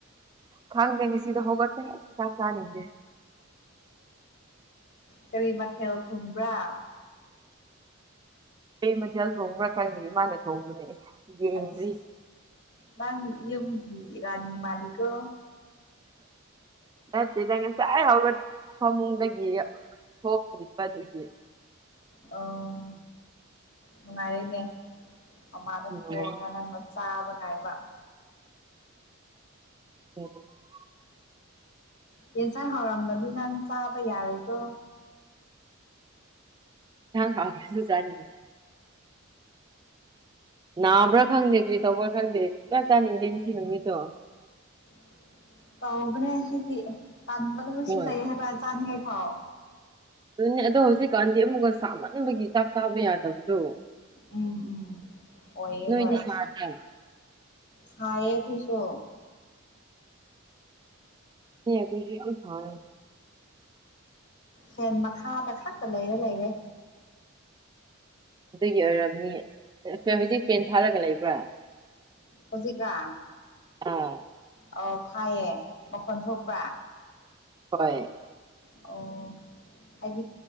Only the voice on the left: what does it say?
ꯀꯔꯤ ꯃꯊꯦꯜ ꯊꯨꯝꯕ꯭ꯔꯥ
ꯑꯁ ꯅꯪ ꯌꯨꯝꯒꯤ ꯔꯥꯅꯤ ꯃꯥꯟꯂꯤꯀꯣ
ꯑꯧ ꯅꯨꯡꯉꯥꯏꯔꯦꯅꯦ ꯃꯥꯃꯥꯅ
ꯊꯣꯡꯉꯒ ꯅꯪꯅ ꯆꯥꯕ ꯉꯥꯏꯕ
ꯌꯦꯟꯁꯥꯡ ꯍꯥꯎꯔꯝꯕꯗꯤ ꯅꯪ ꯆꯥꯕ ꯌꯥꯔꯣꯏꯀꯣ
<inaudible> ꯇꯧꯕꯅꯦ ꯍꯥꯏꯗꯤ ꯇꯟꯕꯅ ꯃꯩꯁꯨ
ꯂꯩ ꯍꯥꯏꯕ ꯆꯥꯅꯤꯡꯉꯥꯏꯈꯧ
ꯎꯝ ꯎꯝ ꯑꯣ ꯌꯦ
ꯍꯣꯏ
ꯁꯥꯏꯌꯦ ꯈꯣꯏꯁꯨ
ꯐꯦꯟ ꯃꯈꯥꯗ ꯈꯛꯇ ꯂꯩꯔ ꯂꯩꯔꯦ
ꯍꯧꯖꯤꯛꯔ
ꯑꯧ ꯊꯥꯏꯌꯦ ꯃꯈꯣꯟ ꯊꯣꯛꯄ꯭ꯔ
ꯑꯣ ꯑꯩ